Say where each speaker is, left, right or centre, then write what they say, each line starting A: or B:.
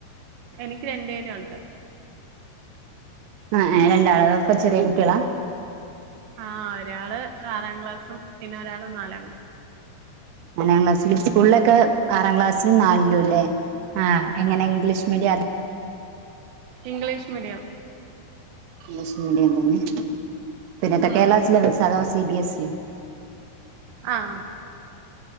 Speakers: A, on the right (about 85°); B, on the right (about 75°).
A: എനിക്ക് രണ്ടേരുണ്ട്.
B: എഹ് ആ രണ്ടാൾ ഒക്കെ ചെറിയ കുട്ട്യേളാ.
A: ആഹ ഒരാള് ആറാം ക്ലാസ്സും പിന്നെ ഒരാൾ നാലാം. ക്ലാസ്
B: നാലാം ക്ലാസ്സില് സ്കൂളിലൊക്കെ ആറാം ക്ലാസ്സിലും നാലിലുല്ലേ. ആഹ് എങ്ങനെ English media.
A: English medium.
B: English മീഡിയതന്നെ പിന്നെത്തെ
A: ഉം
B: കേരള സിലമ്പസ അതോ സി ബി എസ് യൊ.
A: ആഹ്.